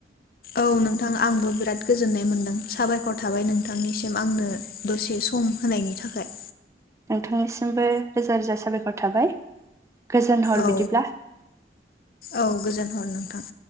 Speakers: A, on the left; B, on the right.
A: औ नोंथां आंबो बिराद गोजोननाय मोन्दों। साबायख'र थाबाय नोंथांनिसिम आंनो दसे सम होनायनि थाखाय
B: नोंथांनिसिमबो रोजा रोजा साबायखर थाबाय गोजोन हर
A: औ
B: बिदिब्ला।
A: औ गोजोन हर नोंथां।